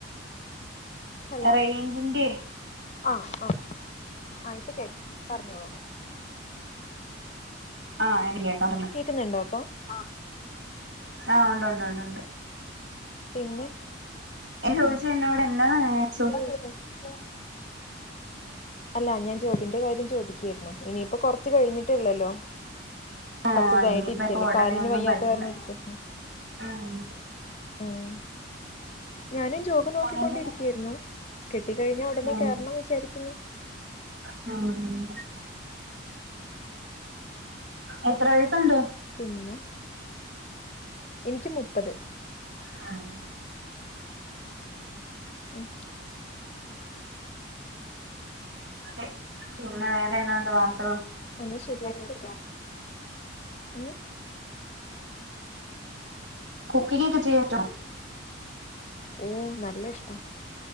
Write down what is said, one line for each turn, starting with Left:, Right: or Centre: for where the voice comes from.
Left: ഹലോ?
Right: റേഞ്ചിന്റെ
Left: ആഹ് ആഹ് ആഹ് ഇപ്പ കേക്കാം പറഞ്ഞോളൂ.
Right: ആഹ് എനിക്ക് കേക്ക <unintelligible>
Left: കേക്ക്ന്ന്ണ്ടോ ഇപ്പോ? ആഹ്
Right: ആഹ് ഉണ്ട് ഉണ്ട് ഉണ്ട് ഉണ്ട്
Left: പിന്നെ?
Right: ചോയിച്ചു
Left: ആഹ്
Right: എന്നോട് എന്നാ ച്ചു
Left: <inaudible> അല്ല ഞാൻ ജോബിന്റെ കാര്യം ചോദിക്കായിരുന്നു ഇനിയിപ്പോ കൊർച്ച് കഴിഞ്ഞിട്ടള്ളല്ലോ.
Right: ആഹ്
Left: അസുഖായിട്ട്
Right: ഇനിയിപ്പ
Left: ഇരിക്കല്ലേ
Right: ഇപ്പ ഉടനെ
Left: കാലിന്
Right: ഒന്നും
Left: വയ്യാത്ത
Right: പറ്റില്ല
Left: കാരണം യിരിക്ക
Right: ഉം
Left: ഉം ഉം ഞാനും ജോബ് നോക്കിക്കൊണ്ടിരിക്കായിരുന്നു
Right: ഉടനെ
Left: കിട്ടിക്കഴിഞ്ഞ ഉടനെ
Right: ഉം
Left: കേറണം വിചാരിക്കുന്നു.
Right: <unintelligible> എത്ര വയസ്സുണ്ട്?
Left: പിന്നെ എനിക്ക് മുപ്പത്
Right: ആഹ്
Left: ഉം
Right: കെ പിന്നെ വേറെ എന്തോണ്ട് വാർത്തകൾ?
Left: ഒന്ന് ശരിയായിട്ട് മ്
Right: കുക്കിങ്ങൊക്കെ ചെയ്യ് ട്ട്
Left: ഓ നല്ല ഇഷ്ടാ